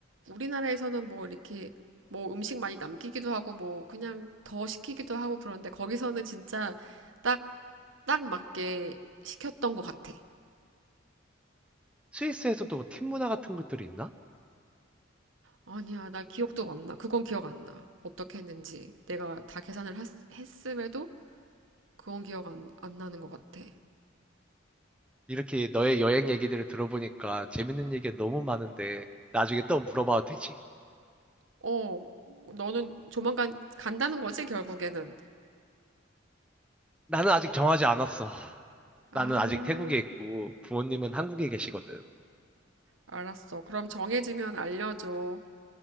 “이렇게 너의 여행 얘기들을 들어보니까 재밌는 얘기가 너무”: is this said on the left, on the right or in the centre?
Centre